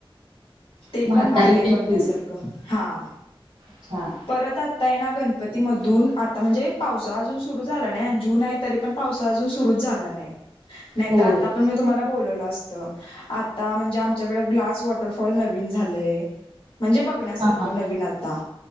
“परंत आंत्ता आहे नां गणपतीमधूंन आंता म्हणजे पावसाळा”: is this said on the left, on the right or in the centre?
Left